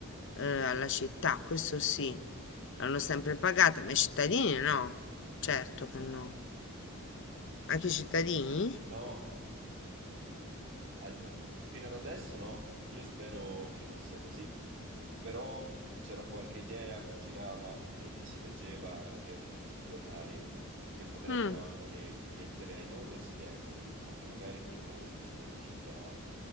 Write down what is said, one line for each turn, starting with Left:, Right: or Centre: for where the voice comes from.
Left: eh, alla città, questo sì, l'hanno sempre pagata, ma i cittadini no, certo che no, anche i cittadini?
Right: No, ad- fino ad adesso no. Io spero che non sia così, però c'era qualche idea che girava e che si leggeva anche sui giornali che potrebbero
Left: Mm,
Right: anche mettere ai non residenti, ma che magari vivono lo stesso nella città,